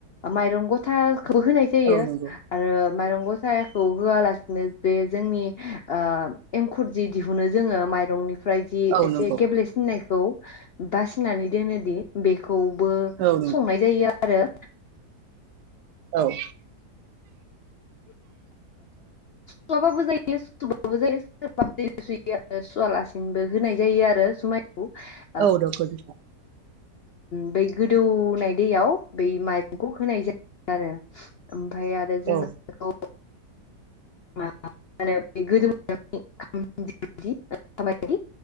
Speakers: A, on the left; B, on the right.
A: माइरं गथाखौबो होनाय जायो
B: औ नंगौ
A: आरो माइरं गथाखौ होआलासिनो बे जोंनि ओ एंखुर जि दिहुनो जोङो माइरंनि ओमफ्रायदि
B: औ
A: एसे
B: नंगौ
A: गेब्लेसिननायखौ बासिनानै दोनो दि बेखौबो
B: औ नंगौ
A: संनाय जायो आरो
B: औ
A: <unintelligible> <unintelligible> सुवाबाबो जायो सुबाबो जायो <unintelligible> सुवालासिनोबो होनाय जायो आरो जुमाय <unintelligible>
B: औ नंगौ नोंथां
A: बै गोदौनाय दैयाव बै माइरंखौ होनाय जायो आरो ओमफाय आरो आरो जोङो
B: औ
A: बेखौ <unintelligible>